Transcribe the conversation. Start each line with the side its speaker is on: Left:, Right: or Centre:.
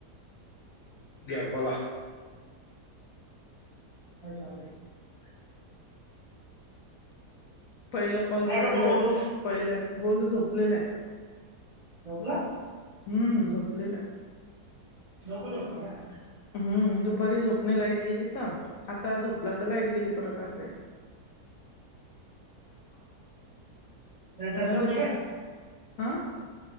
Left: घ्यावपाला <inaudible>
Right: अ झाचाले <inaudible>
Left: पहिलं कॉल
Right: काय
Left: चालू
Right: करतो बोलू
Left: ये पहिलं गोल झोपलेला आहे.
Right: झोपला?
Left: हम्म झोपलेलं
Right: लवकर झोपला का ग
Left: हम्म दुपारी झोपणे लाईट गेली तर आता झोपला तर लाईट गेली परत आता
Right: नाही जास्त
Left: झालं
Right: होते
Left: कि
Right: काय
Left: हा